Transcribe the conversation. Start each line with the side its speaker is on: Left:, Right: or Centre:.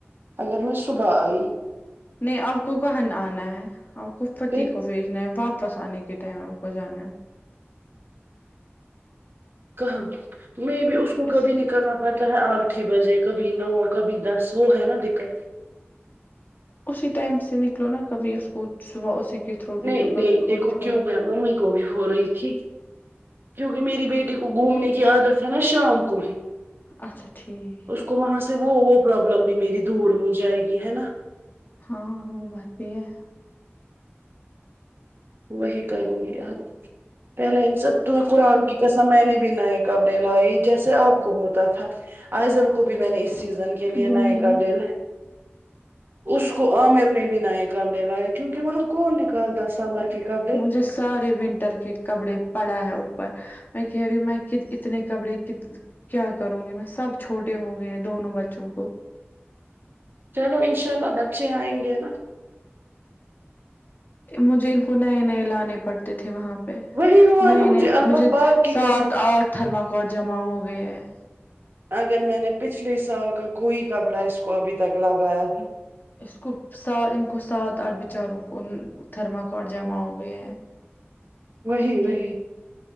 Right: اگر میں صبح آئی
Left: نہیں آپ کو کہاں آنا ہے آپ کو پتی
Right: پھر
Left: کو بھیجنا ہے واپس آنے کے ٹائم آپ کو کو جانا ہے
Right: کہاں میں بھی اس کو
Left: ہے
Right: کبھی نہیں کرنا مطلب آٹھ ہی بجے کبھی نو کبھی دس وہ ہے نا دقت
Left: اسی ٹائم سے نکلو نا کبھی اس کو صبح اسی کے تھرو بھیجو
Right: نہیں
Left: کبھی
Right: نہیں
Left: خود
Right: دیکھو
Left: چھوڑو
Right: کیوں میں ممی کو بھی ہو رہی تھی کیونکہ میری بیٹی کو گھومنے کی عادت ہے نا شام کو ہی
Left: اچھا ٹھیک
Right: اس کو وہاں سے وہ وہ پروابلم بھی میری دور ہو جائے گی ہے نا
Left: ہاں وہ بات بھی ہے
Right: وہی کروں گی اب پہلے ان سب قرآن کی قسم میں نے بھی نہ ایک کپڑے لائے جیسے آپ کو ہوتا تھا آئزل کو بھی میں نے اس سیزن کے لیے
Left: وہی
Right: نئے کپڑے
Left: نا
Right: لے اس کو عامر نے بھی نئے کپڑے لائے کیونکہ وہاں کون نکالتا عمر کے کپڑے
Left: جو سارے ونٹر کے کپڑے پڑا ہے اوپر میں کہہ رہی ہوں میں اتنے کپڑے کیا کروں گی میں سب چھوٹے ہو گئے دونوں بچوں کو
Right: چلو انشاء اللہ بچے آئیں گے نا
Left: مجھے ان کو نئے نئے لانے پڑتے تھے وہاں
Right: وہی ہوا
Left: نئے
Right: نا
Left: نئے
Right: اللہ
Left: مجھے
Right: پاک کی
Left: سات
Right: قسم
Left: اٹھ تھرما کارڈ جمع ہو گئے ہیں
Right: اگر میں نے پچھلے سال کا کوئی کپڑا اس کو ابھی تک لگایا تھا
Left: اس کو سات ان کو سات آٹھ بچاروں کو تھرما کارڈ جمع ہوگئے ہیں
Right: وہی
Left: ان
Right: وہی
Left: کی